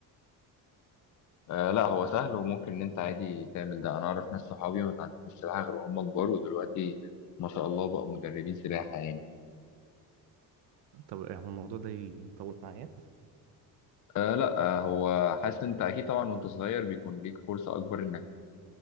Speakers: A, on the left; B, on the right.
A: آه، لا هو سهل وممكن إن أنت عادي تعمل ده أنا أعرف ناس صحابي ما اتعلموش السباحة غير وهم كبار ودلوقتي ما شاء الله بقوا مدربين سباحة يعني
B: طب إيه هو الموضوع ده يطول معايا
A: أه لا أه هو حاسس انت اكيد طبعا وانت صغير بيكون ليك فرصة اكبر انك